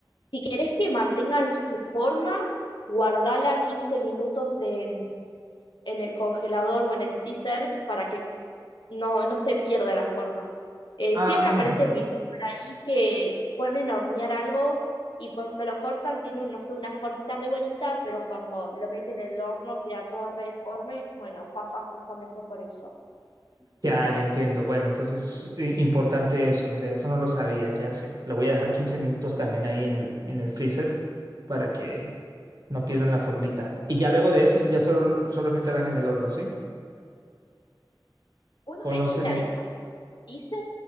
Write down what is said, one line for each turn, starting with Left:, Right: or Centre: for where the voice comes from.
Left: Si querés que mantengan su forma, guardala 15 minutos en, en el congelador o en el freezer para que no, no se pierda la forma. Eh,
Right: Ajá.
Left: siempre aparecen videos por ahí que ponen a hornear algo y cuando lo cortan tiene, un- no sé, una formita re bonita, pero cuando lo meten en el horno queda todo re deforme. Bueno, pasa justamente por eso.
Right: Ya, ya entiendo. Bueno, entonces i- importante eso. Mira, eso no lo sabía, ya sé. Lo voy a dejar 15 minutos también ahí en el, en el freezer para que no pierdan la formita. Y ya luego de eso, si ya solo, solo es meterlas en el horno, ¿sí?
Left: Una
Right: O
Left: vez
Right: no se
Left: que la
Right: met...
Left: dejas Dice,